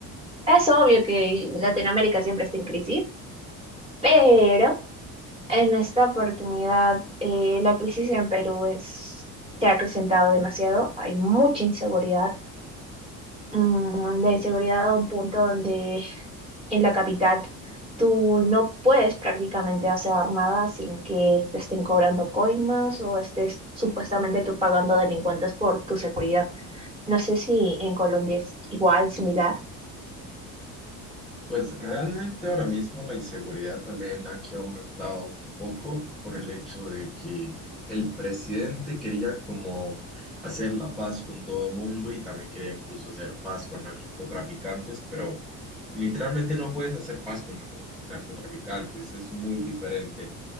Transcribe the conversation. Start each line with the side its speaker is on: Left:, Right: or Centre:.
Right: Es obvio que Latinoamérica siempre está en crisis, pero en esta oportunidad eh, la crisis en Perú es, se ha acrecentado demasiado. Hay mucha inseguridad, mm, la inseguridad a un punto donde en la capital tú no puedes prácticamente hacer nada sin que te estén cobrando coimas o estés supuestamente tú pagando delincuentes por tu seguridad. No sé si en Colombia es igual, similar.
Centre: Pues realmente ahora mismo la inseguridad también aquí ha aumentado un poco por el hecho de que el presidente quería como hacer la paz con todo mundo y también quería incluso hacer paz con narcotraficantes, pero literalmente no puedes hacer paz con narco- narcotraficantes, es muy diferente